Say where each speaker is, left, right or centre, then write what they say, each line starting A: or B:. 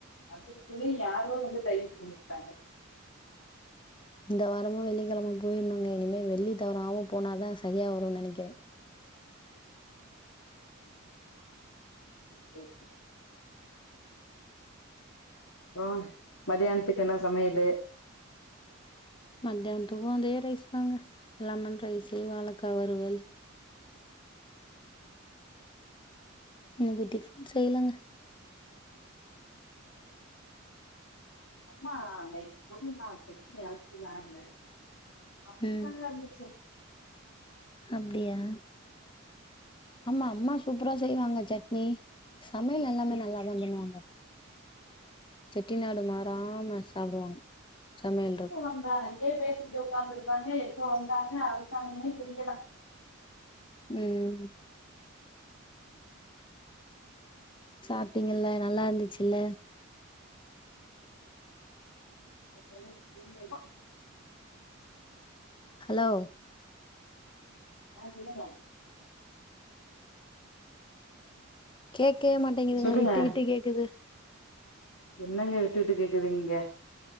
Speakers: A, on the left; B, on the left.
A: அதுகுள்ளயு யாரோ வந்து டைவர்ட் பண்ணி விட்டுட்டாங்க
B: இந்த வாரமு வெள்ளிக்கெழம போயிருனுங்க இனிமே வெள்ளி தவறாம போனாதா சரியா வருன்னு நெனக்கிறே
A: ம் சேரி ஆ மதியானத்துக்கு என்ன சமையலு
B: மத்யானத்துக்கு அதே ரைஸ் தாங்க லெமன் ரைஸ் வாழக்கா வறுவல் இன்னக்கு டிஃபன் செய்லங்க
A: அம்மா நைட் புதினா சட்னி அரச்சிருந்தாங்க அப்டிதாங்க
B: ம்
A: இருந்துச்சு
B: அப்டியா ஆமா அம்மா சூப்ரா செய்வாங்க சட்னி சமையல் எல்லாமே நல்லாதா பண்ணுவாங்க செட்டி நாடு மாறாம சாப்டுவாங்க சமையல்ற
A: எப்ப வந்தாங்க அங்கயே பேசிகிட்டு ஒக்காந்துருந்தாங்க எப்போ வந்தாங்க அரசாங்கன்னே தெரியலா
B: ம் சாப்டிங்கல்ல நல்லா இருந்துச்சில்ல
A: அதெல்லா எதுமே இல்லம்மா
B: ஹலோ
A: ஆ சொல்லுங்க
B: கேக்கவே மாட்டேங்கிதுங்க
A: சொல்லுங்க
B: விட்டு விட்டு கேக்குது
A: என்னங்க விட்டு விட்டு கேக்குது இங்க